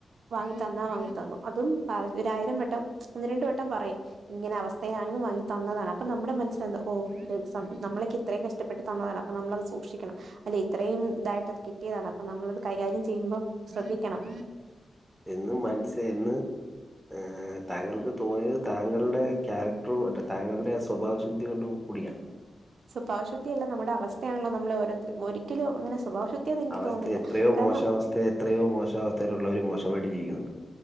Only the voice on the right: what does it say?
വാങ്ങി തന്നാ വാങ്ങി തന്നു അതും പറ ഒരയിരം വട്ടം ഒന്ന് രണ്ട് വട്ടം പറയും ഇങ്ങനെ അവസ്ഥ <unintelligible> വങ്ങി തന്നതാണ് അപ്പൊ നമ്മുടെ മനസ്സിൽ എന്ത ഓ നമ്മളക്കിത്തറേം കഷ്ടപ്പെട്ട് തന്നതാണ് നമ്മളത് സൂക്ഷിക്കണം അതെ ഇത്രയുംതായിട്ട്ത് കിട്ടിയതാണ് അപ്പൊ നമ്മളത് കൈകാര്യം ചെയ്യുമ്പം ശ്രദ്ധിക്കണം
സ്വഭാവശവത്തി അല്ല നമ്മുടെ അവസ്ഥയാണല്ലോ നമ്മള് ഓരോ ഒരിക്കലും അങ്ങനെവഭാവ ക എനിക്ക്
തോന്നുന്നില്ല
കാരണം